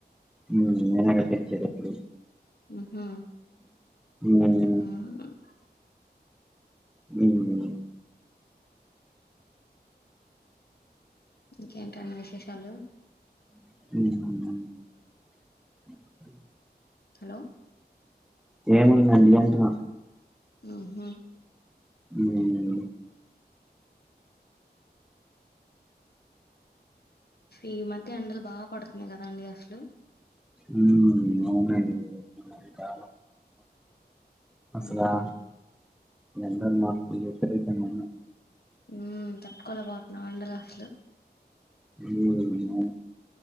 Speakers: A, in the centre; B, on the left.
A: హ్మ్. నేనేగా తెచ్చేదెప్పుడు.
B: హు హమ్
A: హ్మ్.
B: హమ్
A: హమ్
B: ఇంకేంటండి విశేషాలు
A: హ
B: హలో
A: ఏముందండి అంటున్నా
B: ఆహ
A: హమ్
B: ఈ మధ్య ఎండలు బాగా పడుతున్నాయి కదండి అసలు మ్
A: హూ అవునండి ఇంకా అసలా
B: మ్మ్
A: జనర్ల్ మార్పులు చేస్తరు ఇతను
B: ఊ మ్ తట్టుకోలేకపోతున్నాం ఎండలు అసలు
A: ఉ నామ్